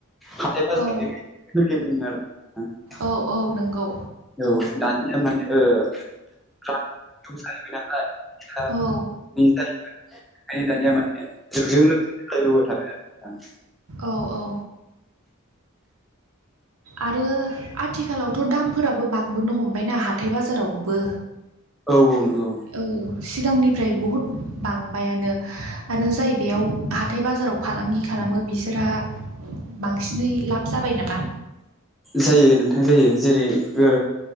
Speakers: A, in the centre; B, on the right (about 80°).
A: हाथाइ बाजारा
B: औ
A: बेबादि सोलियोमोन आरो नोंथां
B: औ औ नंगौ
A: औ दानिया माने ओ जाहैबाय नालाय गोयि
B: औ
A: जाहैबाय ओफाय दानिया माने जुगजों लोगोसे सोलायबोबाय थाबाय आरो नोंथां
B: औ औ आरो आथिखालावथ' दामफोराबो बांबोनो हमबायना हाथाय बाजारावबो
A: औ नंगौ
B: औ सिगांनि फ्राय बहुद बांबायानो आरो जाय बेयाव हाथाय बाजाराव फालांगि खालामो बिसोर फ्रा बांसिनै लाब जाबाय नामा
A: जायो नोंथां जायो जेरै ओ